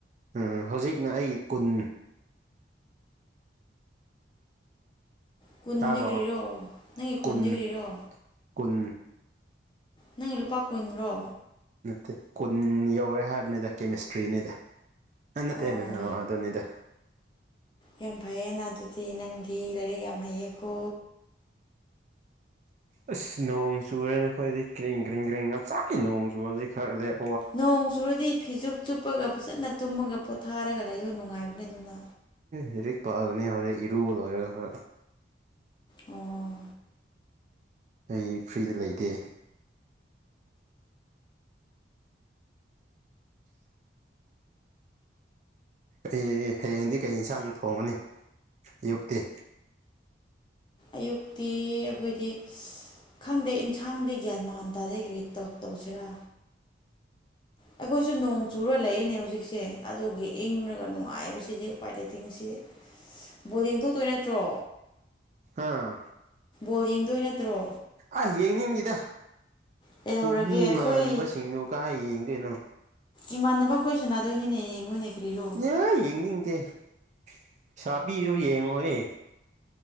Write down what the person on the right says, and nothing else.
ꯑꯥ ꯍꯧꯖꯤꯛꯅ ꯑꯩꯒꯤ ꯀꯨꯟ
ꯇꯥꯕ꯭ꯔꯣ
ꯀꯨꯟ
ꯀꯨꯟ
ꯅꯠꯇꯦ ꯀꯨꯟ ꯌꯧꯔꯦ ꯍꯥꯏꯕꯅꯤꯗ ꯀꯦꯃꯤꯁꯇ꯭ꯔꯤꯅꯤꯗ ꯑꯥ ꯅꯠꯇꯦꯕ
ꯑꯗꯨꯅꯤꯗ
ꯑꯁ ꯅꯣꯡ ꯆꯨꯋꯦ ꯅꯦ ꯑꯩꯈꯣꯏꯗꯤ ꯀ꯭ꯔꯤꯡ ꯀ꯭ꯔꯤꯡ ꯀ꯭ꯔꯤꯡ ꯉꯁꯥꯢ ꯅꯣꯡ ꯆꯨꯕꯗꯤ ꯈꯔ ꯂꯦꯞ
ꯂꯔꯤꯛ ꯄꯥꯒꯅꯤ ꯍꯣꯔꯦꯟ ꯏꯔꯨ ꯂꯣꯢꯔꯒ
ꯑꯩ ꯐ꯭ꯔꯤꯗ ꯂꯩꯇꯦ ꯑꯩ ꯍꯌꯦꯡꯗꯤ ꯀꯩ ꯌꯦꯟꯁꯥꯡ ꯊꯣꯡꯉꯅꯤ ꯑꯌꯨꯛꯇꯤ
ꯑꯥ
ꯑꯁ ꯌꯦꯡꯅꯤꯡꯗꯦꯗ
ꯃꯤ
ꯃꯥꯟꯕꯁꯤꯡꯗꯨ ꯀꯥꯏ ꯌꯦꯡꯗꯣꯏꯅꯣ
ꯌꯥ ꯌꯦꯡꯅꯤꯡꯗꯦ ꯄꯩꯁꯥ ꯄꯤꯔ ꯌꯦꯡꯉꯣꯢꯌꯦ